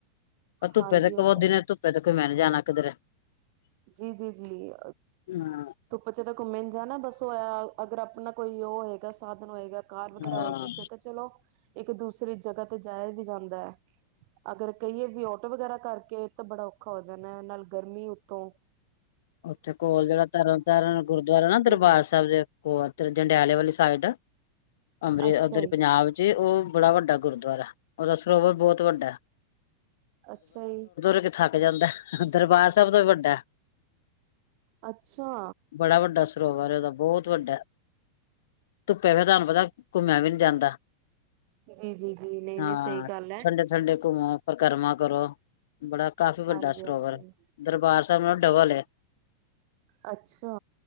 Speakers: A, on the left; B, on the right.
A: ਪਰ ਧੁੱਪੇ
B: ਹਾਂਜੀ
A: ਤੇ ਕ
B: ਉਹ
A: ਬੋਦੀ
B: ਤਾਂ
A: ਨੇ
B: ਹੈ
A: ਧੁੱਪੇ ਤੇ ਮੈਂ ਨ ਨਹੀਂ ਜਾਣਾ ਕਿੱਧਰ
B: ਜੀ ਜੀ ਜੀ
A: ਹਾਂ
B: ਧੁੱਪਾ ਚ ਤਾਂ ਘੁੰਮੇ ਨ ਜਾਣਾ ਬਸ ਉਹਇਆ ਅਗਰ ਆਪਣਾ ਕੋਈ ਉਹ ਹੋਏਗਾ ਸਾਧਨ ਹੋਏਗਾ ਕਾਰ ਵਗੈਰਾ
A: ਹਾਂ
B: ਹੋਏਗੀ ਫੇਰ ਤਾਂ ਚਲੋ ਇੱਕ ਦੂਸਰੀ ਜਗ੍ਹਾ ਤੇ ਜਾਇਆ ਵੀ ਜਾਂਦਾ ਹੈ ਅਗਰ ਕਹੀਏ ਵੀ ਆਟੋ ਵਗੈਰਾ ਕਰਕੇ ਤਾਂ ਬੜਾ ਔਖਾ ਹੋ ਜਾਂ ਜਾਣਾ ਨਾਲ ਗਰਮੀ ਉਤੋਂ
A: ਉੱਥੇ ਕੋਲ ਜਿਹੜਾ ਤਰਨ ਤਾਰਨ ਗੁਰਦੁਆਰਾ ਨਾ
B: ਜੀ
A: ਦਰਬਾਰ
B: ਜੀ
A: ਸਾਹਿਬ ਦੇ ਕੋਲ ਜੰਡਿਆਲੇ ਵਾਲੀ ਸਾਈਡ ਅੰਮ੍ਰਿ
B: ਅੱਛਾ
A: ਉਧਰ
B: ਜੀ
A: ਪੰਜਾਬ ਚ ਉਹ ਬੜਾ ਵੱਡਾ ਗੁਰਦੁਆਰਾ ਹੈ ਔਦਾ ਸਰੋਵਰ ਬਹੁਤ ਵੱਡਾ ਹੈ
B: ਅੱਛਾ ਜੀ
A: <unintelligible> ਥੱਕ ਜਾਂਦਾ ਦਰਬਾਰ ਸਾਬ ਤੋਂ ਵੱਡਾ
B: ਅੱਛਾ
A: ਬੜਾ ਵੱਡਾ ਸਰੋਵਰ ਦਾ ਬਹੁਤ ਵੱਡਾ ਧੁੱਪੇ ਫਿਰ ਤੁਹਾਨੂੰ ਪਤਾ ਘੁੰਮਿਆ ਵੀ ਨਹੀਂੀ ਜਾਂਦਾ
B: ਜੀ ਜੀ ਜੀ ਨਹੀਂ
A: ਹਾਂ
B: ਨਹੀਂ ਸਹੀ ਗੱਲ ਹੈ
A: ਠੰਡੇ ਠੰਡੇ ਘੁੰਮੋ ਪਰਿਕਰਮਾ ਕਰੋ ਬੜਾ ਕਾਫ਼ੀ ਵੱਡਾ
B: ਹਾਂਜੀ
A: ਸਰੋਵਰ
B: ਹਾਂਜੀ
A: ਦਰਬਾਰ <unintelligible> ਡਬਲ ਹੈ
B: ਅੱਛਾ